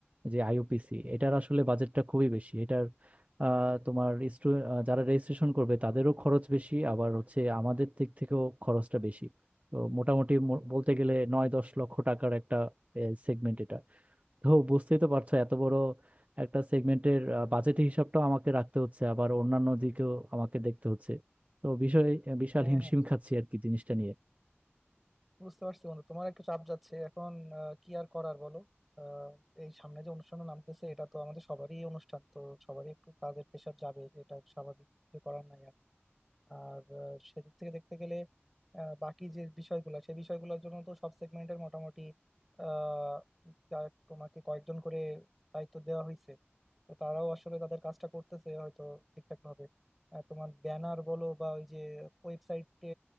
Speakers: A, on the right; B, in the centre.
A: যে আইইউপিসি এটার আসলে বাজেটটা খুবই বেশি এটার আহ, তোমার স্টু আহ, যারা রেজিস্ট্রেশন করবে তাদেরও খরচ বেশি আবার হচ্ছে আমাদের দিক থেকেও খরচটা বেশি তো মোটামুটি মো- বলতে গেলে নয় দশ লক্ষ টাকার একটা সেগমেন্ট এটা তো বুঝতেই তো পারছো এত বড় একটা সেগমেন্টের বাজেট হিসাবটাও আমাকে রাখতে হচ্ছে আবার অন্যান্য দিকেও আমাকে দেখতে হচ্ছে তো বিষয় বিশাল
B: হ্যাঁ
A: হিমশিম
B: হ্যাঁ
A: খাচ্ছি আর কি জিনিসটা নিয়ে
B: বুঝতে পারছি বন্ধু তোমার একটু চাপ যাচ্ছে এখন আহ, কি আর করার বলো আহ, এই সামনে যে অনুষ্ঠান নামতেছে এটা তো আমাদের সবারই অনুষ্ঠান তো সবারই একটু কাজের প্রেশার যাবে এটা স্বাভাবিক কিছু করার নাই আর আহ, সেদিক থেকে দেখতে গেলে আহ, বাকি যে বিষয়গুলো সেই বিষয়গুলোর জন্য তো সব সেগমেন্টের মোটামুটি আহ, যা- তোমাকে কয়েকজন করে দায়িত্ব দেওয়া হয়েছে তো তারাও আসলে তাদের কাজটা করতেছে হয়তো ঠিকঠাক ভাবে আহ, তোমার ব্যানার বলো বা ওই যে ওয়েবসাইটে